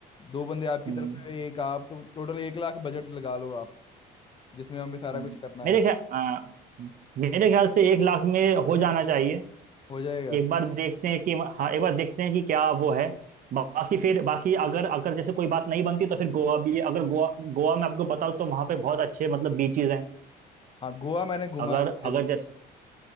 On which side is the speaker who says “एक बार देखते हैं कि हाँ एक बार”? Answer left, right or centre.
Right